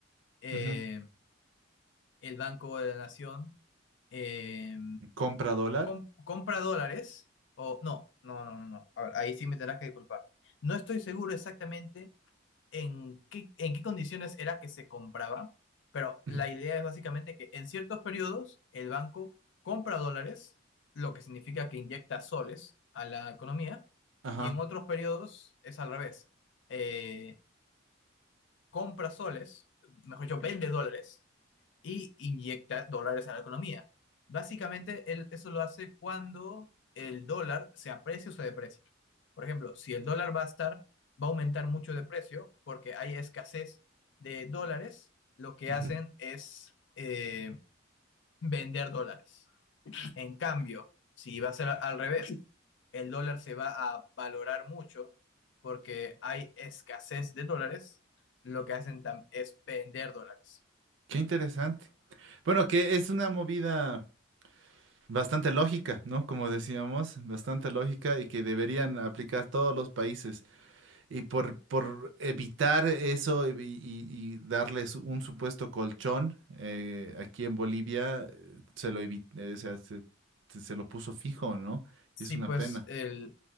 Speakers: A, on the left; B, on the right.
A: eh,
B: Ujú.
A: el Banco de la Nación eh,
B: Compra dólar.
A: com- compra dólares o no, no, no, no, no. A ver, ahí sí me tendrás que disculpar. No estoy seguro exactamente en qué, en qué condiciones era que se compraba, pero
B: Ujú,
A: la idea es básicamente que en ciertos periodos el banco compra dólares, lo que significa que inyecta soles a la economía,
B: Ajá.
A: y en otros periodos es al revés. Eh, compra soles, mejor dicho, vende dólares y inyecta dólares a la economía. Básicamente, él eso lo hace cuando el dólar se aprecia o se deprecia. Por ejemplo, si el dólar va a estar, va a aumentar mucho de precio porque hay escasez de dólares, lo que
B: ujú.
A: hacen es eh, vender dólares. En cambio, si va a ser al revés, el dólar se va a valorar mucho porque hay escasez de dólares, lo que hacen tam- es vender dólares.
B: Qué interesante. Bueno, que es una movida bastante lógica, ¿no? Como decíamos, bastante lógica y que deberían aplicar todos los países. Y por, por evitar eso y, y- y darles un supuesto colchón eh, aquí en Bolivia, eh, se lo evi- eh, o sea, se, se- se lo puso fijo, ¿no?
A: Sí,
B: Y es una
A: pues
B: pena.
A: el,